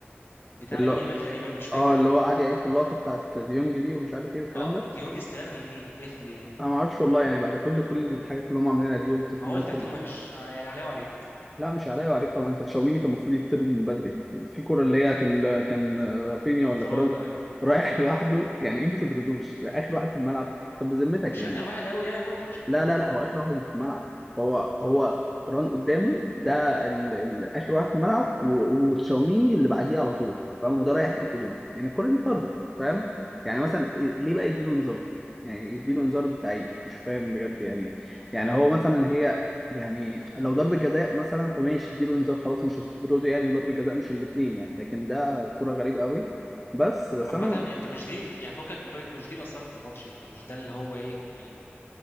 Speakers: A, on the left; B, in the centre.
A: بتاع
B: اللي
A: لامين
B: هو
A: يامال تقريبا مش فاكر
B: اه اللي هو قعد يعيد في اللقطه بتاعت ديونج دي ومش عارف ايه والكلام
A: اه
B: ده
A: ديونج استلمها بايديه 100%
B: انا ما اعرفش والله يعني بعد كل كل الحاجات اللي هم عاملينها دي والتقنيات
A: ما هو التحكيم وحش آه، يعني عليه وعليك
B: لا مش عليا وعليك طبعا انت تشاوميني كان المفروض يطرد من بدري في كرة اللي هي كان كان رافينيا ولا
A: انفراد
B: فيران
A: آه، ايوه
B: <laughs> رايح لوحده يعني ايه ما تطردوش ده اخر واحد في الملعب طب بذمتك
A: مش
B: يعني
A: اخر واحد قوي يعني برضه مش اخر
B: لا
A: واحد
B: لا لا هو اخر واحد في الملعب هو هو ران قدامه ده ال... ال... اخر واحد في الملعب و... وتشاوميني اللي بعديه على طول فاهم وده رايح يحط جون يعني الكرة دي طرد فاهم يعني مثلا إيه- ليه بقى يديله انذار يعني يديله انذار بتاع ايه مش فاهم بجد يعني يعني هو مثلا هي يعني لو ضربة جزاء مثلا فماشي اديله انذار خلاص مش هتطرده يعني ضربة جزاء مش الاثنين يعني لكن ده كرة غريبة قوي بس بس
A: عامة
B: انا
A: انت مش دي يعني فكك من كل مش دي اللي اثرت في الماتش يعني مش ده اللي هو ايه